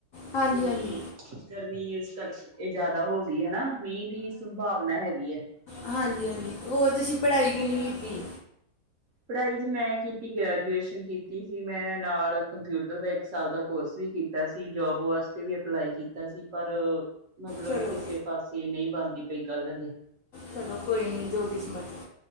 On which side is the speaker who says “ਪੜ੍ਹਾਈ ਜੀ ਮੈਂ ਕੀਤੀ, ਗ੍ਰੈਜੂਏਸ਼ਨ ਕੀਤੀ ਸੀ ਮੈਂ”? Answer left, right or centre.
Right